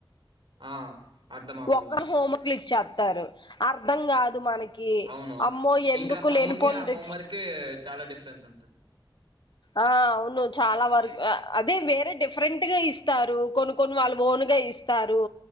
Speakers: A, on the right (about 70°); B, on the left (about 60°).
A: ఆ అర్థం అవ్వదు
B: ఒక్క హోమ క్లిక్ చేస్తారు అర్థం కాదు మన కీ
A: అవును
B: అమ్మో ఎందుకు
A: ఇంకా సమ్ముకి
B: లేనిపోన్
A: ఆ హోంవర్క్
B: రిక్స్
A: కి చాలా డిఫరెన్స్ ఉంటది
B: ఆ అవును చాలా వరక్ అ అదే వేరే డిఫరెంట్గా ఇస్తారు కొను కొను వాళ్ళు ఓనుగా ఇస్తారు.